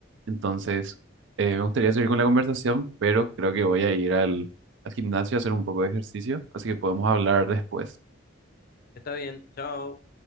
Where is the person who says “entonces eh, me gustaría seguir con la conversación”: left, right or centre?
Right